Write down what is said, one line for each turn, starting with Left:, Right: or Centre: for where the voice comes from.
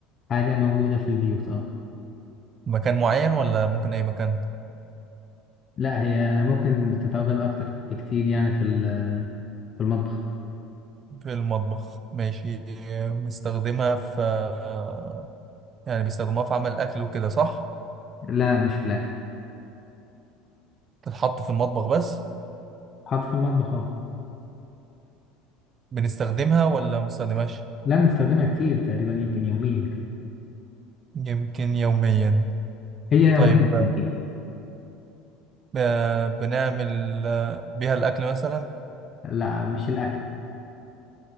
Left: حاجة موجودة في البيوت اه
Right: مكان معين ولا ممكن أي مكان؟
Left: لا هي ممكن تتواجد أكتر بكتير يعني في ال- في المطبخ
Right: في المطبخ ماشي آه، بنستخدمها في آه، يعني بيستخدموها في عمل الأكل وكده صح؟
Left: لا مش في الأكل
Right: تتحط في المطبخ بس
Left: حط في المطبخ اه
Right: بنستخدمها ولا ما بنستخدمهاش
Left: لا بنستخدمها كتير تقريبا يمكن يوميا
Right: يمكن يوميا
Left: هي يوميا
Right: طيب
Left: أكيد
Right: آه، بنعمل آه، بيها الأكل مثلا
Left: لا مش الأكل